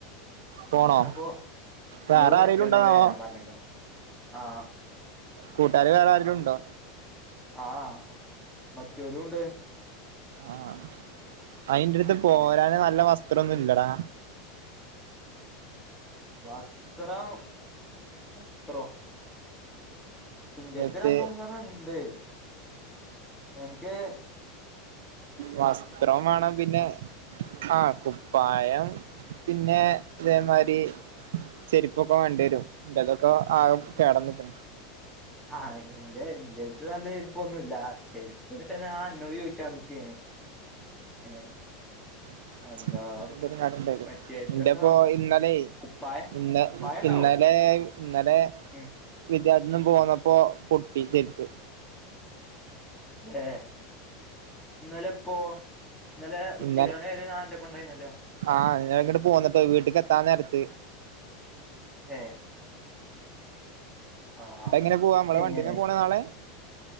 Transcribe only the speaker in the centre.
അല്ലാ ഇപ്പൊ
എന്നോട് മറ്റവനൊക്കെ
വരാൻ പറഞ്ഞിക്ക്‌ണു ആഹ്.
ആഹ് മറ്റോരും ഉണ്ട്.
ഏ
വസ്ത്രം വസ്ത്രോ ഇന്റെടുത്ത്
രണ്ട് മൂന്നണ്ണം ഇണ്ട് എൻക്ക്
ആഹ് എന്റെ എന്റെ അടുത്ത് നല്ല ചെരുപ്പൊന്നുല്ല ചെരുപ്പ് ഇതിപ്പ ഞാൻ അന്നോട് ചോദിക്കാൻ നിക്കെനു. ഏഹ്.
എന്താ മറ്റേ ഇതെന്താവും
കുപ്പായ
കുപ്പായ ഉണ്ടാവും
ഉം.
ഏഹ്. ഇന്നലെ എപ്പോ ഇന്നലെ ഉച്ചയോടെ
ഞാൻ അന്റൊപ്പം ഉണ്ടായിരുന്നല്ലോ.
ഏഹ്. ആഹ്
എങ്ങനെ?